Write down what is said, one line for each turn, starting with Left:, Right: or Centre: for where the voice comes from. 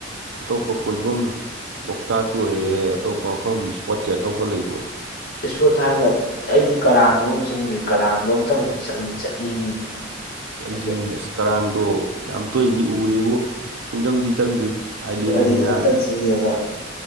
Right: ꯑꯇꯣꯞꯄ ꯀꯣꯏꯐꯝ ꯂꯣꯛꯇꯥꯛꯁꯨ ꯑꯣꯏꯔꯦ ꯑꯇꯣꯞ ꯃꯐꯝ ꯏꯁꯄꯣꯠꯁꯦ ꯑꯇꯣꯞꯧꯕ ꯂꯩꯕ꯭ꯔꯣ
Left: ꯏꯁꯄꯣꯠ ꯍꯥꯏꯔꯒ ꯑꯩꯗꯤ ꯀꯔꯥꯡꯅꯣ ꯑꯃꯨꯛ ꯆꯪꯗ꯭ꯔꯤ ꯀꯔꯥꯡꯣ ꯑꯝꯇꯪꯗ ꯆꯠꯅꯤꯡꯉꯤꯅꯤꯅꯦ
Right: ꯑ ꯑꯩꯁꯨꯅꯦꯅꯦ
Left: ꯍꯥꯏꯐꯦꯠ
Right: ꯑꯁ ꯀꯔꯥꯡꯗꯣ ꯌꯥꯝ ꯇꯣꯏꯅꯗꯤ ꯎꯔꯦꯕꯨ ꯁꯨꯡꯆꯪꯗꯤ ꯆꯪꯗ꯭ꯔꯤ ꯑꯥꯏꯂꯦꯟꯅꯤꯅ
Left: ꯗꯤꯛꯇꯔꯁꯨꯉꯕ